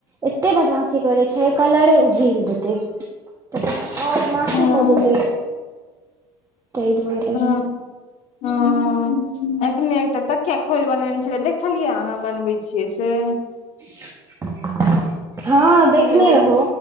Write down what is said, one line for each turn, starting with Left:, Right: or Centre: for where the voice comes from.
Right: एते बदमाशी करे छै कलरे उझी आओर नास्तिक
Left: हँ
Right: होतै तहि दुआरे
Left: ह हँ एखने एकटा तकिया खोल बनेने छलै देखलियै अहाँ बनबैत छियै स
Right: <unintelligible> हँ देखने
Left: हेलो
Right: रहौ